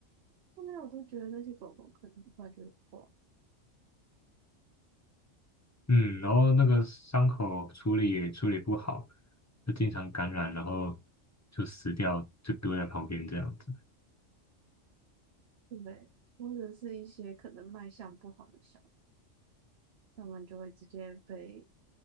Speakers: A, on the right; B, on the left.
A: 后面我都觉得那些狗狗可能很快就会挂，
B: 嗯，然后那个伤口处理也处理不好，就经常感染，然后就死掉，就丢在旁边这样子。
A: 对不对？或者是一些可能卖相不好的小狗，他们就会直接被